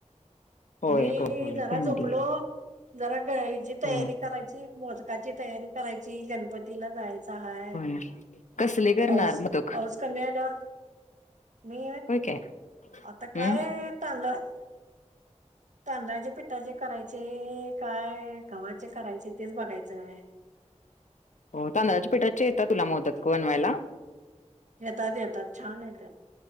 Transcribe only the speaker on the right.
मी
जरा
झोपलो
जरा ग हिची तयारी
करायची. मोदकाची तयारी करायची, गणपतीला जायचा हाय.
पाऊस
पाऊस कमी आल्यावर, मी
आता
काय तांदळा तांदळाच्या पीट कसे करायचे? काय? कव्हाचे करायचे? तेच बघायच हाय.
येतात येतात. छान येतात.